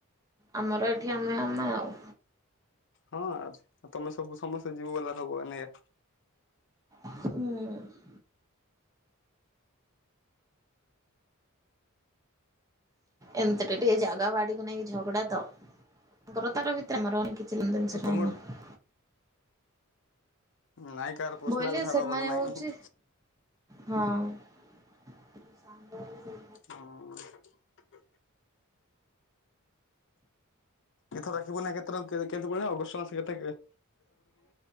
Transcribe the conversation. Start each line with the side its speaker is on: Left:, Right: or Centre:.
Right: ଆମର ଏଠି ଆମେ ଆମେ ଆଉ।
Left: ହଁ ଆଉ ତମେ ସବୁ ସମସ୍ତେ ଯିବୁ ଗଲା ସବୁ <unintelligible>
Right: ହୁଁ। ଏମିତି ରେ ବି ଏ ଜାଗା ବାଡିକୁ ନେଇକି ଝଗଡା ତ ତାଙ୍କର ତାଙ୍କ ଭିତରେ ମରା ମରି
Left: ଓ ତମର
Right: <unintelligible>
Left: ନାଇଁ କାର ପର୍ସନାଲ
Right: ବୋଇଲେ
Left: କଥା
Right: ସେମାନେ
Left: ହବା ଭଲ ନାଇଁ।
Right: ହଉଛି ହଁ। <unintelligible>
Left: ହଁ। ଏଥର ରାଖିପୂର୍ଣ୍ଣିମା କେତେ କେବେ ପଡିଲା ଅଗଷ୍ଟ ମାସ କେତେ ତାରିଖ ରେ?